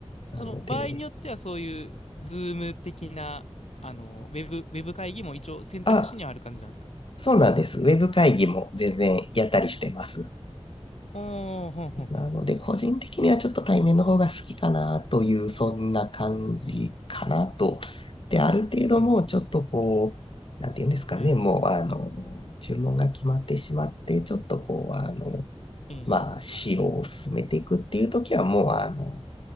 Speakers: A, on the left; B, on the left.
A: その場合によってはそういうズーム的な、
B: なので、
A: あの、ウェブ、ウェブ会議も一応選択肢にはある感じなんですか
B: あ、そうなんです。ウェブ会議も全然やったりしてます。
A: おおー、ほんほんほん。
B: なので、個人的にはちょっと対面の方が好きかなという、そんな感じかなと。で、ある程度もうちょっとこう、
A: うん、うん。
B: なんていうんですかね、
A: はい。
B: もう、あの、注文が決まってしまって、ちょっとこう、あの、
A: ええ
B: まあ、仕様を進めていくっていう時は、もう、あの、